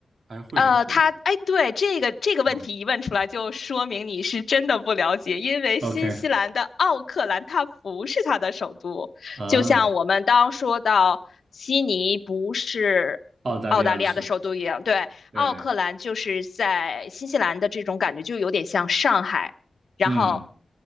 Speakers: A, on the right (about 70°); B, on the left (about 65°).
A: 还是惠灵顿？
B: 呃，他，哎，对，这个这个问题一问出来，
A: 啊
B: 就说明你是真的不了解，因为新西兰的奥克兰它不是它的首都，
A: ，OK，<laughs> 啊，
B: 就像我们当说到悉尼不是澳大利亚的首都一样，
A: 澳大利亚的首都，
B: 对，
A: 对，
B: 奥克兰就是在新西兰的这种感觉就有点像上海，然后
A: 嗯